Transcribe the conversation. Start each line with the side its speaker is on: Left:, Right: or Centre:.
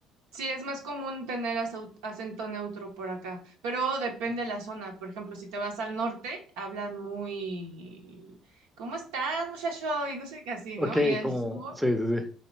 Right: Sí, es más común tener aceu- acento neutro por acá, pero depende de la zona. Por ejemplo, si te vas al norte, hablan muy, ¿cómo estás, muchacho? Y no sé qué así,
Centre: Ok,
Right: ¿no? Y al
Centre: como,
Right: sur,
Centre: sí, sí, sí.